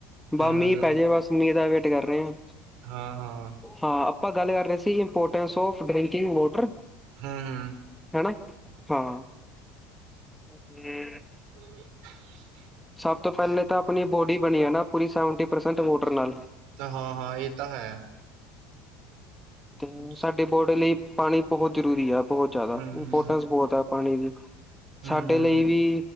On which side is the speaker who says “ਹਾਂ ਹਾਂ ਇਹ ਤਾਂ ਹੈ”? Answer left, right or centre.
Right